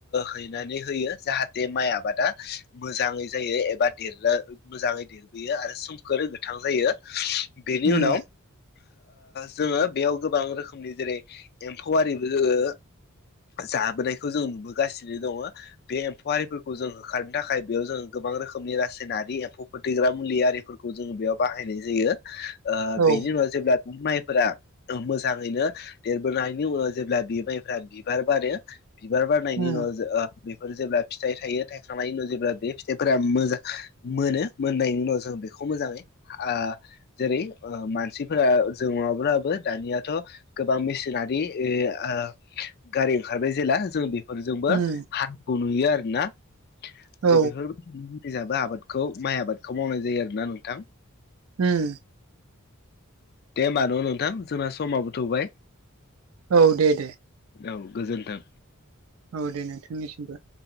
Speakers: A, on the left; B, on the right.
A: हैनानै होयो जाहाथे माइ आबादा मोजाङै जायो एबा देरनो मोजाङै देरो यो आरो समखोर गोथां जायो बेनि
B: उम
A: उनाव जोङो बेयाव गोबां रोखोमनि जेरै एम्फौ आरिबो जोङो जाबोनायखौ जों नुबोगासिनो दङ बे एम्फौआारिफोरखौ जों होखारनो थाखाय बेयाव जों गोबां रोखोमनि रासायनारि एम्फौ फोथेग्रा मुलि आरिफोरखौ जों बेयाव बाहायनाय जायो।
B: औ
A: बेनि उनाव जेब्ला नों माइफोरा मोजाङैनो देरबोनायनि उनाव जेब्ला बिमाइफोरा बिबार बारो। बिबार बारनायनि
B: उम
A: उनाव बेफोर जेब्ला फिथाइ थायो थाइ थांनायनि उनाव जेब्ला बे फिथाइफोरा मोजां मोनो मोननायनि उनाव जों बेखौ मोजाङै ओ जेरै मानसिफोरा जोंङाब्लाबो दानियाथ' गोबां मेसिनारि ए - ओ -गारि ओंखारबाय जेला जों बे फोरजोंबो
B: उम
A: हानखौ नुयो आरोना।
B: औ
A: जे बेफोरबायदिजाबो आबादखौ माइ आबादखौ मावनाय जायो आरो ना नोंथां।
B: हम
A: दे होमबा न' नोंथां जोंना समाबो थौबाय।
B: औ दे दे।
A: औ गोजोन्थों।
B: औ दे नोंथांनिसिमबो।